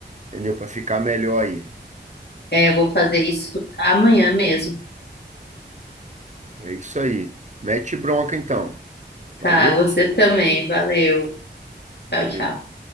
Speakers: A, on the right; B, on the left.
A: entendeu? Para ficar melhor aí.
B: É, eu vou fazer isso amanhã mesmo.
A: É isso aí. Mete bronca então.
B: Tá,
A: Valeu?
B: você também. Valeu.
A: Valeu.
B: Tchau, tchau.
A: Tchau.